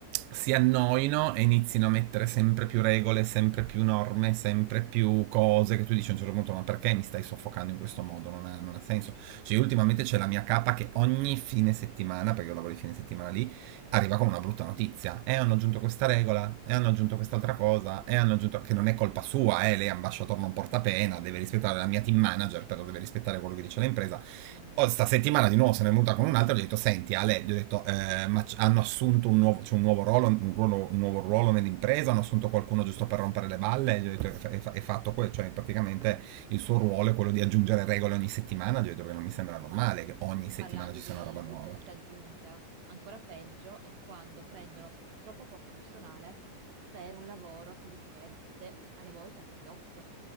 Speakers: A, on the right; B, on the right.
A: si annoino e inizino a mettere sempre più regole, sempre più norme, sempre
B: Eh,
A: più cose che tu dici a un certo punto, ma perché mi stai soffocando in questo modo? Non ha,
B: sì,
A: non ha senso.
B: sì,
A: Cioè, io ultimamente
B: sì.
A: c'è la mia capa che ogni fine settimana, perché io lavoro di fine settimana lì, arriva con una brutta notizia. E eh, hanno aggiunto questa regola, e eh, hanno aggiunto quest'altra cosa, e eh, hanno aggiunto che non è colpa sua, eh, lei è ambasciatore non porta
B: Sì,
A: pena,
B: sì, sì.
A: deve rispettare la mia team manager, però deve rispettare quello che dice l'impresa.
B: Mm,
A: O sta settimana di nuovo se ne è venuta con un'altra, gli ho detto, senti Ale, gli ho detto, eh, ma c- hanno assunto un nuovo, cioè un nuovo ruolo, un, ruolo, un nuovo ruolo nell'impresa, hanno assunto qualcuno giusto per rompere le balle,
B: mm,
A: gli ho detto, è, fa- è fa- è fatto quello, cioè praticamente il suo
B: sì.
A: ruolo è quello di aggiungere regole ogni settimana, gli ho detto che non mi sembra normale
B: Ma
A: che ogni settimana
B: parlando
A: ci
B: di
A: sia una roba nuova.
B: gente aggiunta, ancora peggio è quando prendono troppo poco personale per un lavoro che richiede alle volte anche il doppio.